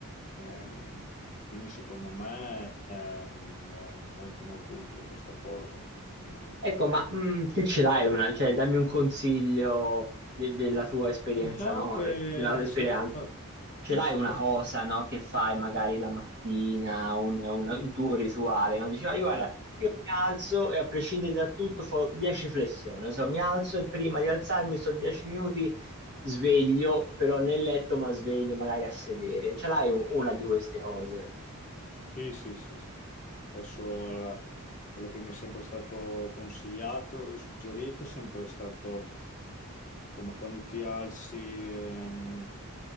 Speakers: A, on the left; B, on the right.
A: Ehm, quindi secondo me è, è molto molto utile questa cosa. Mm,
B: Ecco, ma mh, te ce l'hai una, cioè dammi un consiglio de- della tua esperienza,
A: Diciamo
B: no?
A: che
B: Della tua
A: mi
B: esperienza.
A: è sempre stato,
B: Ce
A: mi
B: l'hai
A: è sempre
B: una cosa,
A: stato-
B: no? Che fai magari la mattina, un, un-
A: sì,
B: un tuo rituale, no? Dici, "Ah, io guarda,
A: eh,
B: io mi alzo e a prescindere da tutto fo 10 flessioni, so, mi alzo e prima di alzarmi sto 10 minuti sveglio, però nel letto ma sveglio magari a sedere. Ce l'hai un- una di queste cose?
A: sì, sì, sì, sì. Adesso eh, quello che mi è sempre stato consigliato e suggerito è sempre stato Insomma, quando ti alzi ehm,